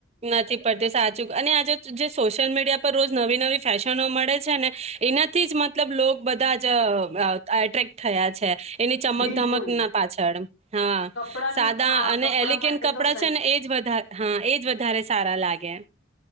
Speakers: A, on the right; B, on the left.
A: નથી પડતી સાચું અને આજે જે સોશિયલ મીડિયા પર રોજ નવી-નવી ફેશનો મળે છે ને એનાથી જ મતલબ લોક બધા જ એટ્રેક્ટ થયા છે એની ચમક
B: બિલકુલ
A: ધમક ના પાછળ હા
B: કપડાને
A: સાદા
B: હા
A: અને
B: કપડા
A: એલેગેન્ટ
B: માટે
A: કપડાં
B: તો સચ
A: છે ને એજ વધા હા એજ વધા સારા લાગે.